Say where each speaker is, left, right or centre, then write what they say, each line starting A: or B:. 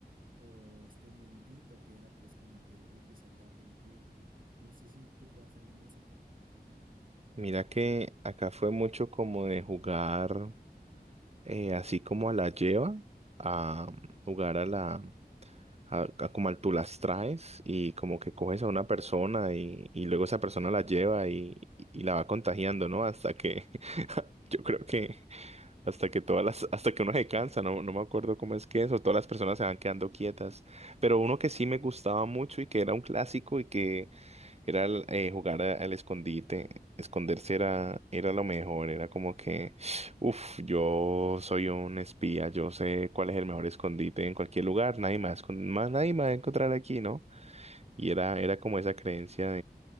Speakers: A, on the right; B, on the right.
A: O este mundito que era pues con la piedrita y saltar de un pie, que no sé si tú jugaste alguno de esos juegos.
B: Mira que acá fue mucho como de jugar eh, así como a la lleva, a jugar a la, a, a como al tú las traes y como que coges a una persona y, y luego esa persona la lleva y, y la va contagiando, ¿no? Hasta que <laughs> yo creo que Hasta que todas las, hasta que uno se cansa, no, no me acuerdo cómo es que eso, todas las personas se van quedando quietas. Pero uno que sí me gustaba mucho y que era un clásico y que era el, eh, jugar a- al escondite, esconderse era, era lo mejor, era como que, uff, yo soy un espía, yo sé cuál es el mejor escondite en cualquier lugar, nadie más, más nadie me va a encontrar aquí, ¿no? Y era, era como esa creencia